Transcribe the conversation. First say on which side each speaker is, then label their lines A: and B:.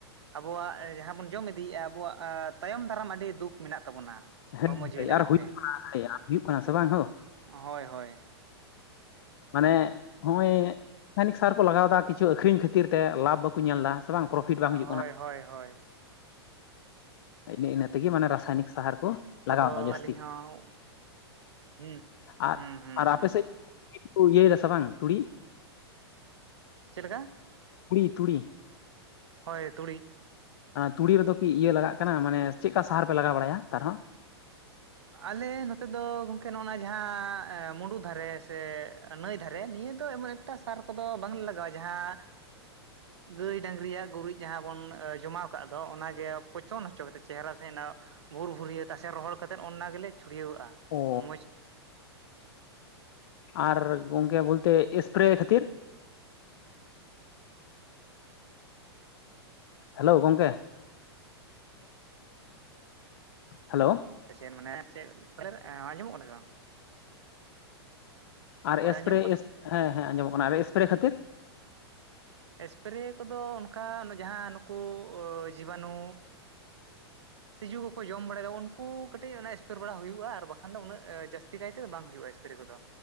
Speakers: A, on the right; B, on the left.
A: ᱟᱵᱚᱣᱟᱜ ᱡᱟᱦᱟᱸ ᱵᱚᱱ ᱡᱚᱢ ᱤᱫᱤᱭᱮᱜᱼᱟ ᱟᱵᱚᱣᱟᱜ ᱛᱟᱭᱚᱢ ᱫᱟᱨᱟᱢ ᱟᱹᱰᱤ ᱫᱩᱠ ᱢᱮᱱᱟᱜ ᱛᱟᱵᱚᱱᱟ᱾
B: ᱦᱮᱸ
A: ᱦᱚᱲᱢᱚ ᱡᱤᱣᱤ ᱞᱟᱹᱜᱤᱫ
B: ᱟᱨ ᱦᱩᱭᱩᱜ
A: ᱛᱮ
B: ᱠᱟᱱᱟ ᱦᱩᱭᱩᱜ ᱠᱟᱱᱟ ᱥᱮ ᱵᱟᱝ ᱦᱚᱸ?
A: ᱦᱳᱭ ᱦᱳᱭ
B: ᱢᱟᱱᱮ ᱦᱚᱜᱼᱚᱭ ᱠᱷᱟᱱᱤᱠ ᱥᱟᱨ ᱠᱚ ᱞᱟᱜᱟᱣᱮᱫᱟ ᱠᱤᱪᱷᱩ ᱟᱹᱠᱷᱨᱤᱧ ᱠᱷᱟᱹᱛᱤᱨ ᱛᱮ ᱞᱟᱵᱷ ᱵᱟᱠᱚ ᱧᱮᱞ ᱮᱫᱟ ᱥᱮ ᱵᱟᱝ? ᱯᱨᱚᱯᱷᱤᱴ ᱵᱟᱝ
A: ᱦᱳᱭ
B: ᱦᱤᱡᱩᱜ ᱠᱟᱱᱟ
A: ᱦᱳᱭ ᱦᱳᱭ
B: ᱤᱱᱟᱹ ᱤᱱᱟᱹ ᱛᱮᱜᱮ ᱢᱟᱱᱮ ᱨᱟᱥᱟᱭᱚᱱᱤᱠ ᱥᱟᱨ ᱠᱚ
A: ᱠᱚᱫᱚ
B: ᱞᱟᱜᱟᱣᱫᱟ ᱡᱟᱹᱥᱛᱤ
A: ᱟᱹᱞᱤᱧ ᱦᱚᱸ ᱦᱩᱸ ᱦᱩᱸ
B: ᱟᱨ
A: ᱦᱩᱸ
B: ᱟᱨ
A: ᱦᱩᱸ
B: ᱟᱯᱮ ᱥᱮᱫ ᱤᱭᱟᱹᱭ ᱫᱟ ᱥᱮ ᱵᱟᱝ ᱛᱩᱲᱤ?
A: ᱪᱮᱫ ᱞᱮᱠᱟ?
B: ᱛᱩᱲᱤ ᱛᱩᱲᱤ
A: ᱦᱳᱭ ᱛᱩᱲᱤ
B: ᱛᱩᱲᱤ ᱨᱮᱫᱚ ᱠᱤ ᱤᱭᱟᱹ ᱞᱟᱜᱟᱜ ᱠᱟᱱᱟ ᱢᱟᱱᱮ ᱪᱮᱫᱠᱟ ᱥᱟᱨ ᱯᱮ ᱞᱟᱜᱟᱣ ᱵᱟᱲᱟᱭᱟ ᱛᱟᱨᱦᱚᱸ
A: ᱟᱞᱮ ᱱᱚᱛᱮ ᱫᱚ ᱜᱚᱝᱠᱮ ᱱᱚᱜ-ᱱᱟ ᱡᱟᱦᱟᱸ ᱢᱩᱸᱰᱩ ᱫᱷᱟᱨᱮ ᱥᱮ ᱱᱟᱹᱭ ᱫᱷᱟᱨᱮ ᱱᱤᱭᱟᱹ ᱫᱚ ᱮᱢᱚᱱ ᱮᱠᱴᱟ ᱥᱟᱨ ᱠᱚᱫᱚ ᱵᱟᱝᱞᱮ ᱞᱟᱜᱟᱣᱟ ᱡᱟᱦᱟᱸ ᱜᱟᱹᱭ ᱰᱟᱹᱝᱨᱤᱭᱟᱜ ᱜᱩᱨᱤᱡ ᱡᱟᱦᱟᱸ ᱵᱚᱱ ᱡᱚᱢᱟᱣ ᱠᱟᱜ ᱫᱚ ᱚᱱᱟᱜᱮ ᱯᱚᱪᱚᱱ ᱦᱚᱪᱚ ᱠᱟᱛᱮᱫ ᱪᱮᱦᱮᱨᱟ ᱥᱟᱺᱦᱤᱡ ᱱᱚᱜ ᱵᱷᱳᱩᱨ ᱵᱷᱩᱨᱭᱟᱹ ᱛᱟᱥᱮ ᱨᱚᱦᱚᱲ ᱠᱟᱛᱮᱫ ᱚᱱᱟ ᱜᱮᱞᱮ ᱪᱷᱩᱲᱭᱟᱹᱣᱟᱜ-ᱟ
B: ᱚ
A: ᱢᱚᱸᱡᱽ
B: ᱟᱨ ᱜᱚᱢᱠᱮ ᱵᱚᱞᱛᱮ ᱮᱥᱯᱨᱮ ᱠᱷᱟᱹᱛᱤᱨ ᱦᱮᱞᱳ ᱜᱚᱝᱠᱮ, ᱦᱮᱞᱳ
A: ᱪᱮᱫ ᱢᱟᱱᱮ ᱪᱮᱫ ᱟᱸᱡᱚᱢᱚᱜ ᱠᱟᱱᱟ ᱥᱮ ᱵᱟᱝ?
B: ᱟᱨ
A: ᱦᱳᱭ
B: ᱮᱥᱯᱨᱮ
A: ᱟᱸᱡᱚᱢᱚᱜ
B: ᱦᱮᱸ
A: ᱠᱟᱱᱟ
B: ᱦᱮᱸ ᱟᱸᱡᱚᱢᱚᱜ ᱠᱟᱱᱟ ᱟᱨ ᱮᱥᱯᱨᱮ ᱠᱷᱟᱹᱛᱤᱨ
A: ᱮᱥᱯᱨᱮ ᱠᱚᱫᱚ ᱚᱝᱠᱟ ᱡᱟᱦᱟᱸ ᱱᱩᱠᱩ ᱡᱤᱵᱟᱱᱩ <inaudible> ᱛᱤᱡᱩ ᱠᱚᱠᱚ ᱡᱚᱢ ᱵᱟᱲᱟᱭᱮᱫᱟ ᱩᱱᱠᱩ ᱠᱟᱹᱴᱤᱡ ᱚᱱᱟ ᱮᱥᱯᱨᱮ ᱵᱟᱲᱟ ᱦᱩᱭᱩᱜ-ᱟ ᱟᱨ ᱵᱟᱠᱷᱟᱱ ᱫᱚ ᱩᱱᱟᱹᱜ ᱡᱟᱹᱥᱛᱤ ᱠᱟᱭᱛᱮ ᱫᱚ ᱵᱟᱝ ᱦᱩᱭᱩᱜ-ᱟ ᱮᱥᱯᱨᱮ ᱠᱚᱫᱚ᱾